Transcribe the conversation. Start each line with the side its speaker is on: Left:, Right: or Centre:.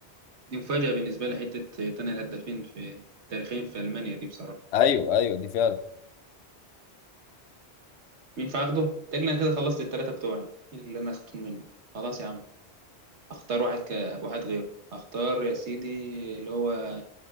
Right: دي مفاجاه بالنسبه لي حته تاني الهدافين في تاريخين في المانيا دي بصراحه
Left: أيوه أيوه دي فعلا
Right: مين فاخده؟ تقريبا انا كده خلصت الثلاثه بتوعي اللي انا اخدتهم منه خلاص يا عم اختار واحد ك... واحد غيره اختار يا سيدي اللي هو